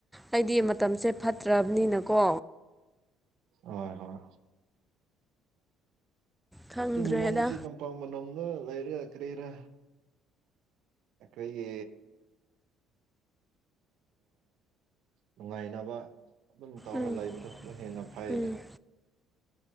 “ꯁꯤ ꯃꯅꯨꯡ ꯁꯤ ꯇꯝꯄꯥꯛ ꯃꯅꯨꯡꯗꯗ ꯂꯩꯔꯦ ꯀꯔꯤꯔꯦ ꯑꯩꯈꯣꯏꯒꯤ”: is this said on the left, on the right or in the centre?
Right